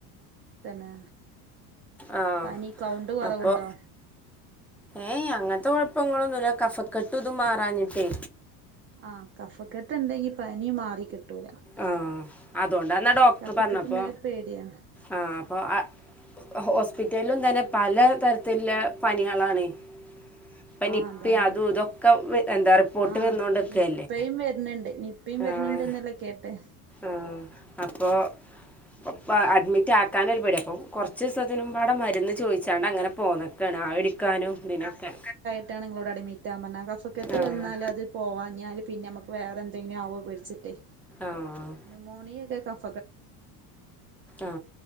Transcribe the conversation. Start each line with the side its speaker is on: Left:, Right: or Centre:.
Right: തന്നെ
Centre: ആ
Right: പനി കൗണ്ട് കുറവുണ്ടോ
Centre: അപ്പൊ ഏയ് അങ്ങനത്തെ കുഴപ്പങ്ങളൊന്നുമില്ല കഫക്കെട്ട് ഇത് മാറാഞ്ഞിട്ടേ
Right: ആഹ് കഫക്കെട്ട ഉണ്ടെങ്കി പനിയ മാറി കിട്ടൂല
Centre: ആഹ് അതുകൊണ്ടാന്നാ ഡോക്ടർ
Right: കഫക്കെട്ടുണ്ടായ
Centre: പറഞ്ഞപ്പോ
Right: പേടിയാ
Centre: ആഹ് അപ്പോൾ ഹോസ്പിറ്റലിലും തന്നെ പല തരത്തിലുള്ള പനികളാണ് ഇപ്പൊ
Right: ആഹ്
Centre: നിപ്പി
Right: അതാണ്
Centre: അതും ഇതൊക്കെ എന്താ റിപ്പോർട്ട്
Right: ആഹ്
Centre: വന്നോണ്ട്ക്കല്ലേ
Right: നിപ്പയും വരുന്നുണ്ട് യുംപ്പ വരണണ്ട്
Centre: ആഹ്
Right: എന്നല്ലാം കേട്ടെ
Centre: ആഹ് അപ്പോ അപ്പ അഡ്മിറ്റ ആക്കാനൊരു പേടി അപ്പോൾ കുറച്ച് ദിവസത്തിനുമ്പടെ മരുന്ന് ചോദിച്ചാണ്ട് അങ്ങനെ പോന്നൊക്കാണ് ആവിടിക്കാനും ഇതിനൊക്കെ
Right: ന്നട്ടണ് ങ്ങളോട് അടിമിറ്റ് ആവാൻ പറഞ്ഞ കഫക്കെട്ട്
Centre: ആഹ്
Right: വന്നാലും അത് പോവാഞ്ഞാല് പിന്നെ നമ്മക്ക് വേറെ എന്തെങ്കിലും ആവോ പേടിച്ചിട്ടെ
Centre: ആഹ്
Right: ന്യൂമോണിയ ഒക്കെ കഫ
Centre: ആഹ്